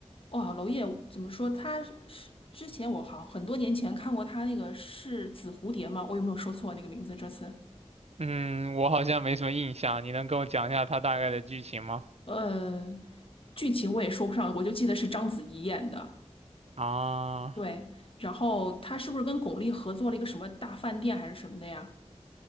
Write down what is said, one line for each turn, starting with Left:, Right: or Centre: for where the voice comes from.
Left: 哇，娄烨怎么说？他是是之前我好很多年前看过他那个是紫蝴蝶吗？我有没有说错那个名字？这次，
Right: 嗯，我好像没什么印象，你能跟我讲一下他大概的剧情吗？
Left: 呃，剧情我也说不上，我就记得是章子怡演的。
Right: 啊，
Left: 对，然后他是不是跟巩俐合作了一个什么大饭店还是什么的呀？